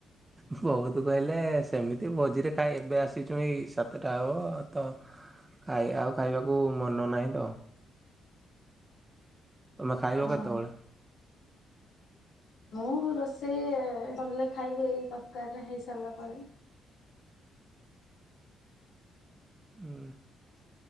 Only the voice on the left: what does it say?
ଓହୋ
ମୁଁ ରୋଷେଇ ସରିଲେ ଖାଇବି ଏଇ ତରକାରୀ ଟା ହେଇ ସାରିଲା ପରେ।